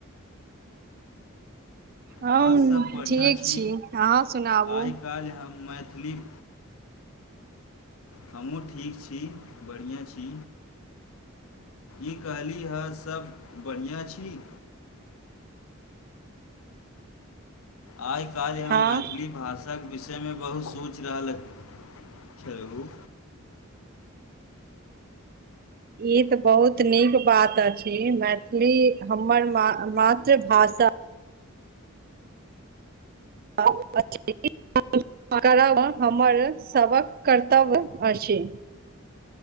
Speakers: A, on the right; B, on the left.
A: हम
B: हां सब बढ़िआँ
A: ठीक
B: छी।
A: अहाँ सुनाबू
B: आइ काज हम मैथिली- हमहूँ ठीक छी, बढ़िआँ छी। ई कहली ह सभ बढ़िआँ छी? आइ काज हम
A: हँ
B: मैथिली भाषा- <unintelligible> विषयमे बहुत सोचि रहल, छल ओ-
A: ई त बहुत नीक बात अछी। मैथिली हमर मा- मातृभाषा- <unintelligible> करब हमर सबक कर्तव्य अछी।